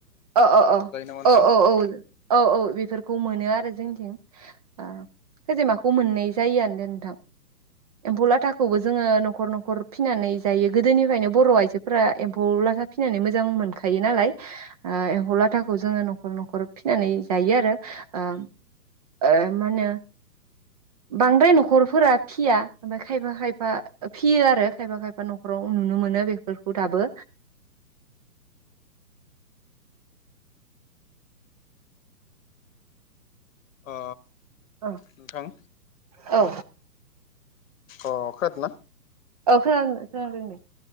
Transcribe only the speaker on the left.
जायो नामा नोंथां
औ
अ
नोंथां
अ खोनादोना?